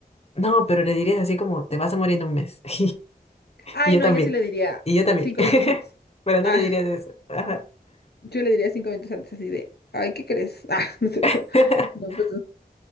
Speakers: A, on the left; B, on the left.
A: No, pero le dirías así como, te vas a morir en un mes. <laughs>
B: Ay,
A: Y yo
B: no,
A: también.
B: yo sí le diría
A: Y yo también.
B: cinco
A: <laughs>
B: minutos antes.
A: Pero no
B: Ah,
A: le dirías eso. Ajá.
B: yo le diría cinco minutos antes, así de, ay, ¿qué crees? Ah, <laughs> no es cierto.
A: <laughs>
B: No, pues,